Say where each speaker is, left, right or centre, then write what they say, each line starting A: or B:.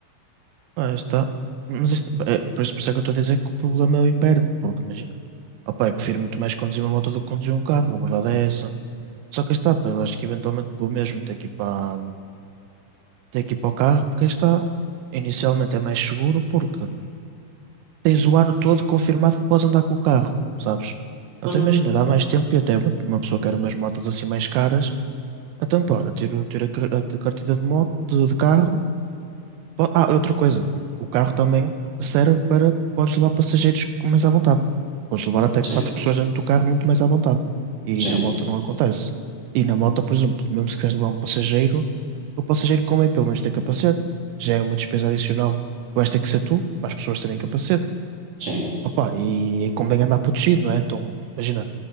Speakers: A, on the right; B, on the right.
A: Pá, está. Mas isto, é, por isso por isso é que eu estou a dizer que o problema é o inverno, porque imagina. Opa, eu prefiro muito mais conduzir uma moto do que conduzir um carro, a verdade é essa. Só que aí está, pá, eu acho que eventualmente vou mesmo ter que ir para, ter que ir para o carro, porque aí está, inicialmente é mais seguro, porque tens o ano todo confirmado que podes andar com o carro, sabes? Até
B: Pois,
A: imagina, dá mais tempo e até uma, uma pessoa quer umas motas assim mais caras, então pá, olha, tiro, tiro a, car- a carteira de moto, de, de carro Po- Ah, outra coisa. O carro também serve para. Podes levar passageiros mais à vontade. Podes levar até
B: Sim,
A: quatro pessoas dentro do carro muito mais à vontade. E
B: sim,
A: na moto não acontece. E na moto, por exemplo, mesmo se quiseres levar um passageiro, o passageiro convém pelo menos ter capacete. Já é uma despesa adicional que vais ter que ser tu, para as pessoas terem capacete.
B: sim,
A: Opa, e convém andar protegido, não é? Então, imagina,